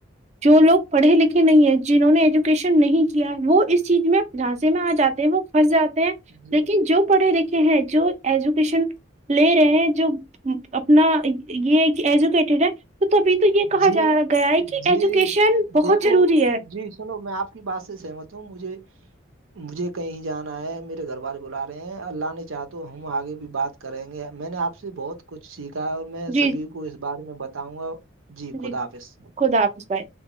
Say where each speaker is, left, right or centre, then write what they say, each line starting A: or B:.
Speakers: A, on the right; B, on the right.
A: جو لوگ پڑھے لکھے نہیں ہیں جنہوں نے ایجوکیشن نہیں کیا ہے وہ اس چیز میں جھانسیے میں آ جاتے ہیں وہ پھنس جاتے ہیں
B: جی
A: لیکن جو پڑھے لکھے ہیں جو ایجوکیشن لے رہے ہیں جو اپنا یہ ہے کہ ایجوکیٹیڈ ہے تو تو ابھی تو یہ کہا
B: جی
A: جا گیا ہے کہ
B: جی
A: ایجوکیشن بہت
B: دیکھو
A: ضروری ہے
B: جی سنو میں آپ کی بس سہمت مجھے مجھے کہیں جانا ہے میرے گھر والے بلا رہے ہیں اللہ نے چاہ تو ہم آگے بھی بات کریں گے میں نے آپ سے بہت کچھ سیکھا ہے اور میں
A: جی
B: سبھی کو اس بارے میں بتاؤں گا
A: جی
B: خدا حافظ
A: خدا حافظ بھائی